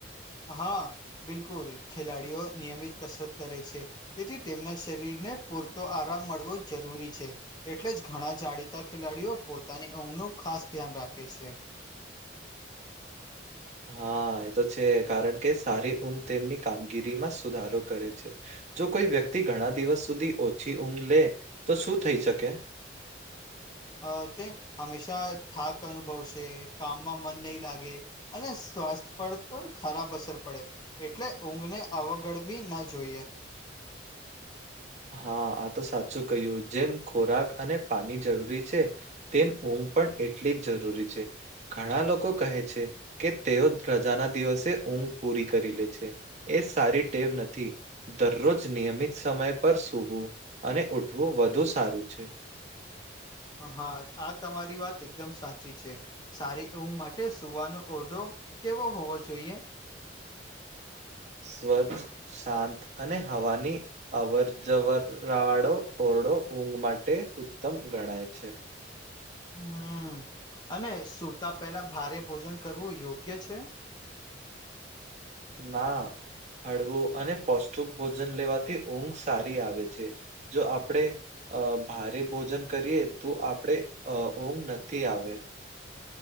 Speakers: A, on the left (about 25°); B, on the right (about 40°).
A: હા બિલકુલ ખેલાડીઓ નિયમિત કસરત કરે છે. તેથી તેમના શરીરને પૂરતો આરામ મળવો જરૂરી છે. એટલે જ ઘણા જાણીતા ખેલાડીઓ પોતાની ઊંઘનું ખાસ ધ્યાન રાખે છે.
B: હા એ તો છે કારણ કે સારી ઊંઘ તેમની કામગીરીમાં સુધારો કરે છે. જો કોઈ વ્યક્તિ ઘણા દિવસ સુધી ઓછી ઊંઘ લે તો શું થઈ શકે
A: અ તે હંમેશા થાક અનુભવશે કામમાં મન નહીં લાગે અને સ્વાસ્થ્ય પર પણ ખરાબ અસર પડે એટલે ઊંઘ ને અવગડવી ના જોઈએ.
B: હા આ તો સાચું કહ્યું જેમ ખોરાક અને પાણી જરૂરી છે. તેમ ઊંઘ પણ એટલી જ જરૂરી છે. ઘણા લોકો કહે છે કે તેઓ રજાના દિવસે ઊંઘ પૂરી કરી લે છે. એ સારી ટેવ નથી દરરોજ નિયમિત સમય પર સૂવું અને ઉઠવું વધુ સારું છે.
A: હા આ તમારી વાત એકદમ સાચી છે. સારી ઊંઘ માટે સુવાનો ઓરઢો કેવો હોવો જોઈએ.
B: સ્વચ્છ શાંત અને હવાની અવર જવર વાળો ઓરડો ઊંઘ માટે ઉત્તમ ગણાય છે.
A: હમ અને સ સુતા પેલા ભારે ભોજન કરવું યોગ્ય છે.
B: ના હળવું અને પૌષ્ટિક ભોજન લેવાથી ઊંઘ સારી આવે છે. જો આપણેે અ ભારે ભોજન કરીએ તો આપણેે અ ઊંઘ નથી આવે